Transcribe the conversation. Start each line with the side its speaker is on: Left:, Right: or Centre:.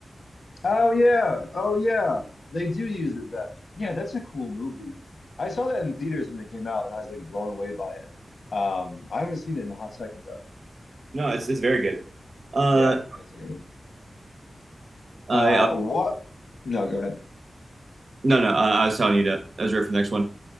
Left: Oh yeah. Oh yeah. They do use it that. Yeah, that's a cool movie. I saw that in theaters when it came out and I was like blown away by it. Um, I haven't seen it in a hot second though.
Right: No, it's it's very good. Uh,
Left: Yeah, that's a good one.
Right: uh
Left: Uh,
Right: yeah,
Left: what? No, go ahead.
Right: no, no, uh, I was telling you that. I was ready for the next one.